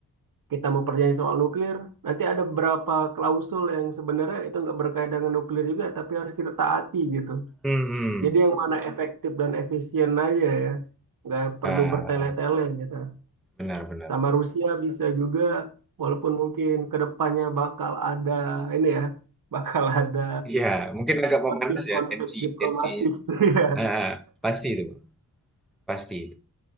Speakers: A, on the right (about 60°); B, in the centre.
A: kita mau perjanjian soal nuklir, nanti ada beberapa klausul yang sebenarnya itu nggak berkaitan dengan nuklir juga, tapi harus kita taati gitu.
B: hmm, hmm.
A: Jadi yang mana efektif dan efisien aja ya. Nggak perlu
B: Ah,
A: bertele-tele gitu.
B: benar-benar.
A: Sama Rusia bisa juga, walaupun mungkin kedepannya bakal ada ini ya, <laughs> bakal ada
B: Ya, mungkin agak memanas
A: konflik-konflik
B: ya tensi
A: diplomatik.
B: tensinya.
A: <laughs> Iya.
B: Ah, pasti itu bang, pasti.